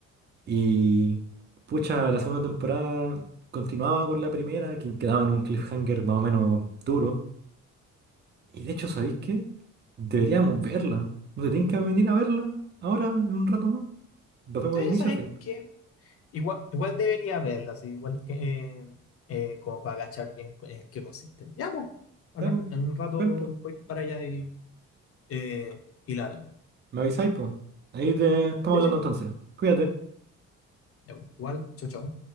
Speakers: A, on the right (about 35°); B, on the left (about 50°).
A: Y pucha, la segunda temporada continuaba con la primera, que quedaba en un cliffhanger más o menos duro. Y de hecho, ¿sabéis qué? Deberíamos verla. ¿No te tienen que venir a verla ahora en un rato más? Nos vemos
B: Sí,
A: de inicio
B: ¿sabes
A: a fin.
B: qué? Igual, igual debería verla, así, igual que eh, eh, como para agachar bien cu- en qué consiste. Ya, pues, bacán.
A: Ya, po.
B: En un rato
A: Ven, po.
B: voy para allá y, eh, y la veo.
A: Me avisáis, po. Ahí te estamos
B: Sí,
A: hablando
B: sí,
A: entonces. Cuídate.
B: ya, pues, igual, chao, chao.